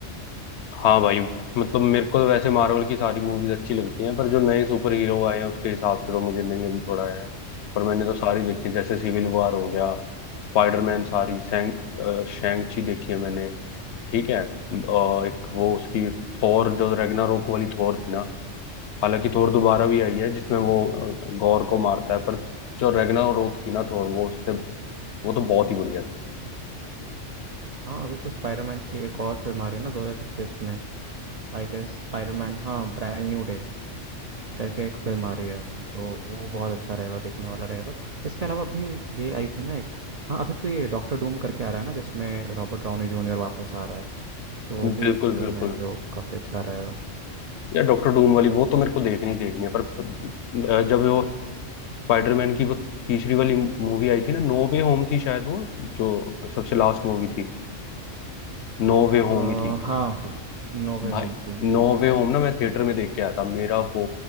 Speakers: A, on the left (about 70°); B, on the right (about 60°).
A: हाँ भाई मतलब मेरे को तो वैसे मार्वल की सारी मूवीज अच्छी लगती हैं पर जो नए सुपर हीरो आए हैं उसके हिसाब से तो मुझे नहीं अभी थोड़ा है पर मैंने तो सारी देखी है जैसे सिविल वॉर हो गया स्पाइडरमैन सारी शैंक शैंक ची देखी है मैंने ठीक है अ, एक वो उसकी थोर जो रैग्नारोक वाली थोर थी ना हालांकि थोर दोबारा भी आई है जिसमें वो अ, गॉर को मारता है पर जो रैग्नारोक थी ना थोर वो उससे वो तो बहुत ही बढ़िया थी
B: हाँ अभी तो स्पाइडरमैन की एक और फिल्म आ रही है ना 2026 में आई गेस स्पाइडरमैन हाँ ब्रांड न्यू डे करके एक फिल्म आ रही है तो वो बहुत अच्छा रहेगा देखने वाला रहेगा इसके अलावा अभी ये आई थी ना एक हाँ अभी तो ये डॉक्टर डूम करके आ रहा है ना जिसमें रॉबर्ट डाउनी जूनियर वापस आ रहा है तो वो भी
A: बिल्कुल
B: एक फिल्म
A: बिल्कुल
B: है जो काफ़ी अच्छा रहेगा
A: या डॉक्टर डूम वाली वो तो मेरे को देखनी देखनी है पर पर, अ, जब वो स्पाइडरमैन की वो तीसरी वाली मूवी आई थी ना नो वे होम थी शायद वो जो सबसे लास्ट मूवी थी नो वे
B: अ,
A: होम ही थी
B: हाँ नो वे
A: भाई
B: होम थी
A: नो वे होम ना मैं थिएटर में देख के आया था मेरा वो